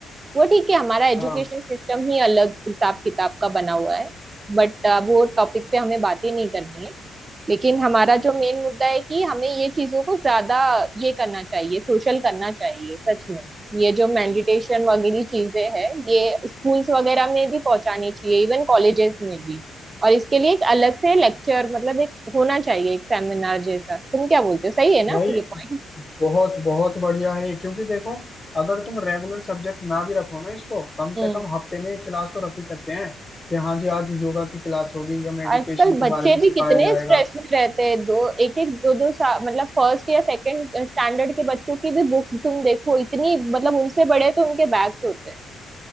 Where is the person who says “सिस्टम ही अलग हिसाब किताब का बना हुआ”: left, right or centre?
Right